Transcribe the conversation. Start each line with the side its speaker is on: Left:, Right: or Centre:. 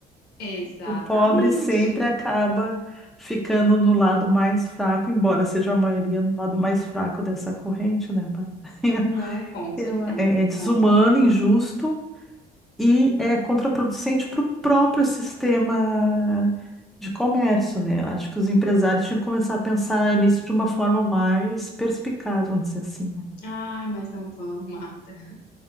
Left: Exatamente.
Centre: O pobre sempre acaba ficando no lado mais fraco, embora seja a maioria no lado mais fraco dessa corrente, né? Bárbara? <laughs>
Left: Não, com certeza,
Centre: Eu- É é desumano,
Left: com certeza.
Centre: injusto e é contraproducente para o próprio sistema de comércio, né? Eu Acho que os empresários tinham que começar a pensar nisso de uma forma mais perspicaz, vamos dizer assim, né?
Left: Ah, mas não vão, Marta.